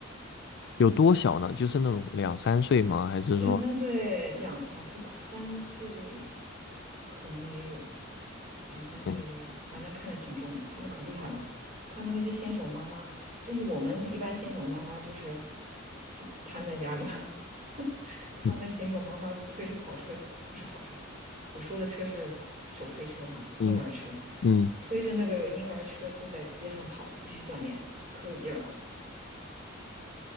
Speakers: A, on the left; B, on the right.
A: 有多小呢？就是那种两三岁吗？还是说，
B: 两三岁，两两岁吧，三岁可能也有，两三岁也有，
A: 嗯
B: 反正看着挺重的。他们可厉害了，他们那些新手妈妈，就是我们一般新手妈妈就是就瘫在家里嘛，<laughs> 他们的新手妈妈就推着跑车，
A: 嗯
B: 不是跑车，我说的车是手推车哈、
A: 嗯，
B: 婴儿车，
A: 嗯
B: 推着那个婴儿车就在街上跑，继续锻炼，可有劲儿啊！